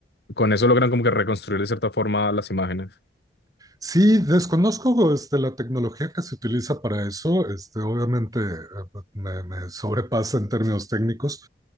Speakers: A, on the left (about 65°); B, on the right (about 20°).
A: con eso logran como que reconstruir de cierta forma las imágenes.
B: Sí, desconozco este, la tecnología que se utiliza para eso. Este, obviamente eh, me, me sobrepasa en términos técnicos.